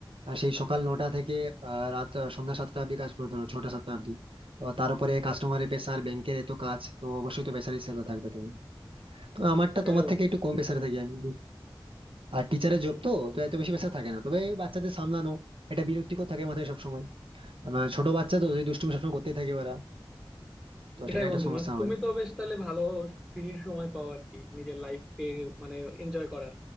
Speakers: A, on the right; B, in the centre.
A: আর সেই সকাল নটা থেকে আহ, রাত আহ, সন্ধ্যা সাতটা অব্দি কাজ করে ধরো ছটা সাতটা অব্দি তো তারপরে কাস্টমারের পেশার ব্যাংকের এত কাজ তো অবশ্যই তো পেশার হিসেবে থাকবে তুমি তো আমারটা
B: হ্যাঁ
A: তোমার
B: বন্ধু
A: থেকে একটু কম পেশারে থাকি আমি আর টিচারের জব তো তো এত বেশি পেশা থাকে না তবে এই বাচ্চাদের সামলানো এটা বিরক্তিকর থাকে মাথায় সবসময় আমার ছোট বাচ্চা তো যদি দুষ্টুমি সবসময় করতেই থাকে ওরা তো
B: সেটাই
A: সেটা একটা
B: বন্ধু
A: সমস্যা
B: মানে তুমি
A: হয়
B: তো বেশ তাহলে ভালো ফ্রি সময় পাও আর কি নিজের লাইফকে মানে এনজয় করার